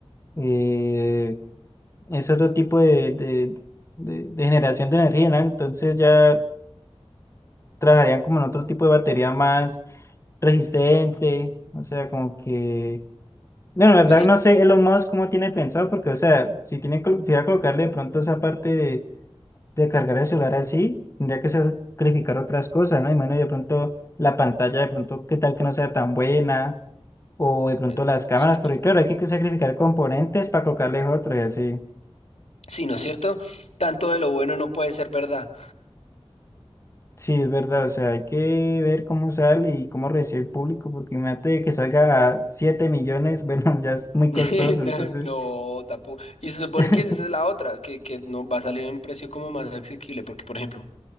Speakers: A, on the left; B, on the left.
A: eh, es otro tipo de, de, de- de generación de energía, ¿no? Entonces ya trabajarían como en otro tipo de batería más resistente, o sea, como que... No, la verdad
B: Pues sí,
A: no sé Elon Musk cómo tiene pensado, porque, o sea, si tiene, colo- si va a colocarle de pronto esa parte de, de cargar el celular así, tendría que sacrificar otras cosas, ¿no? Y bueno, de pronto la pantalla, de pronto, qué tal que no sea tan buena, o de pronto
B: eh,
A: las cámaras,
B: cierto.
A: porque claro, hay que sacrificar componentes para colocarles otros y así.
B: Sí, ¿no es cierto? Tanto de lo bueno no puede ser verdad.
A: Sí, es verdad, o sea, hay que ver cómo sale y cómo recibe el público, porque imagínate que salga a 7 millones, bueno, <laughs> ya es muy
B: <laughs>
A: costoso,
B: No,
A: entonces,
B: no, tampoco. Y se supone
A: <laughs>
B: que esa es la otra, que, que no va a salir en un precio como más asequible, porque por ejemplo,